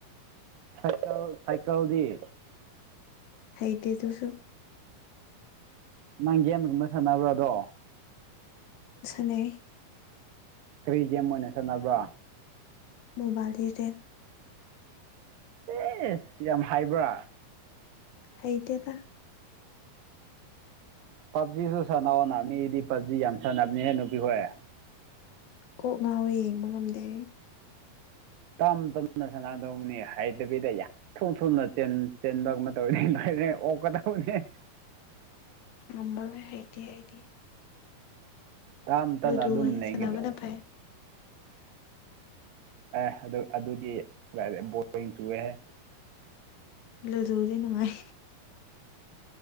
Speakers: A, on the right (about 75°); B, on the left (about 65°).
A: ꯁꯥꯏꯀꯜ ꯁꯥꯏꯀꯜꯗꯤ
B: ꯍꯩꯇꯦꯗꯨꯁꯨ
A: ꯅꯪ ꯒꯦꯝꯒꯨꯝꯕ ꯁꯥꯟꯅꯕ꯭ꯔꯥ ꯑꯗꯣ
B: ꯁꯥꯟꯅꯩꯌꯦ
A: ꯀꯔꯤ ꯒꯦꯝ ꯑꯣꯏꯅ ꯁꯥꯟꯅꯕ꯭ꯔꯥ
B: ꯃꯣꯕꯥꯏꯜ ꯂꯤꯖꯦꯟ
A: ꯑꯦ ꯌꯥꯝ ꯍꯥꯏꯕ꯭ꯔꯥ
B: ꯍꯩꯇꯦꯗ
A: ꯄꯞꯖꯤꯁꯨ ꯁꯥꯟꯅꯧꯑꯣꯅ ꯃꯤꯗꯤ ꯄꯞꯖꯤ ꯌꯥꯝ ꯁꯥꯟꯅꯕꯅꯤꯍꯦ ꯅꯨꯄꯤ ꯍꯣꯏ
B: ꯀꯣꯛ ꯉꯥꯎꯋ ꯌꯦꯡꯕ ꯉꯝꯗꯦ
A: ꯇꯝ ꯇꯞꯅ ꯁꯥꯟꯅꯗꯧꯅꯤ ꯍꯥꯏꯗꯕꯤꯗ ꯌꯥꯝ ꯊꯨ ꯊꯨꯅ ꯆꯦꯟꯕ ꯇꯧꯅꯤ ꯂꯣꯏꯔ ꯑꯣꯛꯀꯗꯕꯅꯦ
B: ꯅꯝꯕꯔ ꯍꯥꯏꯗꯤ ꯍꯥꯏꯗꯤ
A: ꯇꯞꯝ
B: ꯂꯨꯗꯣ
A: ꯇꯅ ꯑꯗꯨꯝ
B: ꯑꯣꯏꯅ
A: ꯅꯈꯤꯗꯦ
B: ꯁꯥꯟꯅꯕꯅ ꯐꯩ
A: ꯑꯦ ꯑꯗꯨ ꯑꯗꯨꯗꯤ ꯕꯣꯔꯣꯏ ꯆꯨꯋꯦꯍꯦ
B: ꯂꯗꯤ ꯅꯨꯡꯉꯥꯏ